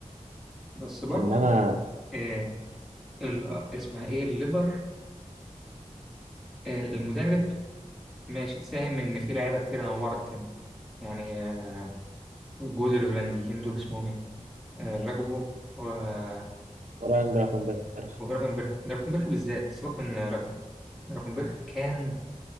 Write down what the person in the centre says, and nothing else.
بس برضو
آه ال... اسمها ايه الليفر آه المدرب ماشي ساهم ان في لعيبه كتير نورت تاني يعني آه، الجوز الهولنديين دول اسمهم ايه؟ آه، راجبو و- آه،
وجرافنبرخ جرافنبرخ بالذات سيبك من راجبو جرافنبرخ كان